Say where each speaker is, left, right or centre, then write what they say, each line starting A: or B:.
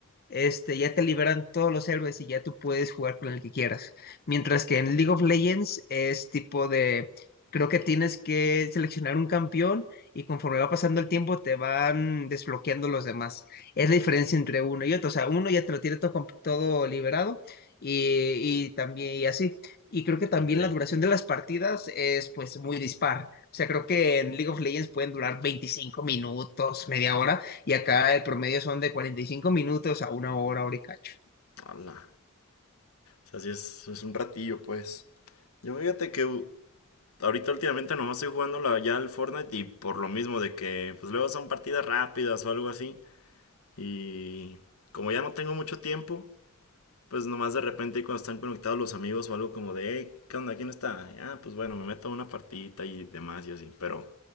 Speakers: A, on the left; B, on the left.
A: este, ya te liberan todos los héroes y ya tú puedes jugar con el que quieras. Mientras que en League of Legends es tipo de, creo que tienes que seleccionar un campeón y conforme va pasando el tiempo te van desbloqueando los demás. Es la diferencia entre uno y otro. O sea, uno ya te lo tiene todo, comp- todo liberado y, y también y así. Y creo que también
B: Ok.
A: la duración de las partidas es pues muy dispar. O sea, creo que en League of Legends pueden durar 25 minutos, media hora, y acá el promedio son de 45 minutos a una hora, hora y cacho.
B: Ala. O sea, sí es, es un ratillo, pues. Yo fíjate que u- ahorita últimamente nomás estoy jugando la, ya el Fortnite y por lo mismo de que pues luego son partidas rápidas o algo así y como ya no tengo mucho tiempo pues nomás de repente cuando están conectados los amigos o algo como de hey, ¿qué onda? ¿quién está? ah pues bueno me meto a una partidita y demás y así pero